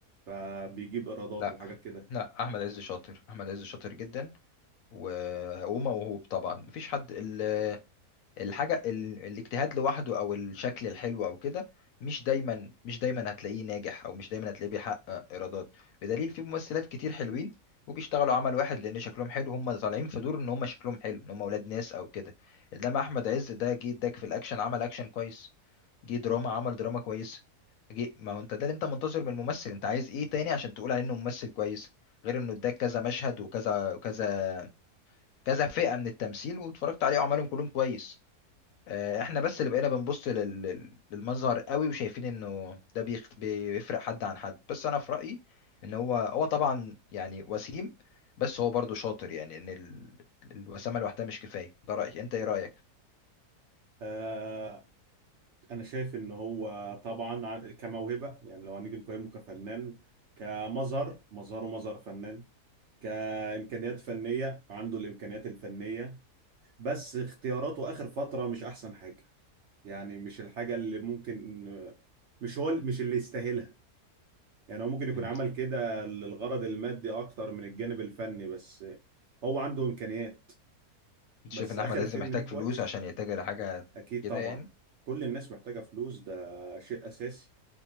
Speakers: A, on the right; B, on the left.
A: فبيجيب ايرادات
B: لا
A: وحاجات كده
B: لا احمد عز شاطر احمد عز شاطر جدا و... وموهوب طبعا مفيش حد ال... الحاجه ال... الاجتهاد لوحده او الشكل الحلو او كده مش دايما مش دايما هتلاقيه ناجح او مش دايما هتلاقيه بيحقق ايرادات بدليل في ممثلات كتير حلوين وبيشتغلوا عمل واحد لان شكلهم حلو هم طالعين في دور ان هم شكلهم حلو ان هم اولاد ناس او كده انما احمد عز ده جه اداك في الاكشن عمل اكشن كويس جه دراما عمل دراما كويسه جه ما هو انت ده اللي انت منتظر من الممثل انت عايز ايه تاني عشان تقول عليه انه ممثل كويس غير انه اداك كذا مشهد وكذا وكذا كذا فئه من التمثيل واتفرجت عليه وعملهم كلهم كويس آه، احنا بس اللي بقينا بنبص لل- لل- للمظهر قوي وشايفين انه ده بيخ- بيفرق حد عن حد بس انا في رايي ان هو هو طبعا يعني وسيم بس هو برضه شاطر يعني ان ال- الوسامه لوحدها مش كفايه ده رايي انت ايه رايك
A: آه، انا شايف ان هو طبعا ع- كموهبه يعني لو هنيجي نقيمه كفنان كمظهر مظهره مظهر فنان كامكانيات فنيه عنده الامكانيات الفنيه بس اختياراته اخر فتره مش احسن حاجه يعني مش الحاجه اللي ممكن مش هو مش اللي يستاهلها يعني هو ممكن يكون
B: مم.
A: عمل كده للغرض المادي اكتر من الجانب الفني بس هو عنده امكانيات
B: انت
A: بس
B: شايف ان
A: اخر
B: احمد عز
A: فيلم
B: محتاج
A: ليه كويس
B: فلوس عشان يتجه لحاجه
A: اكيد
B: كده
A: طبعا
B: يعني
A: كل الناس محتاجه فلوس ده شيء اساسي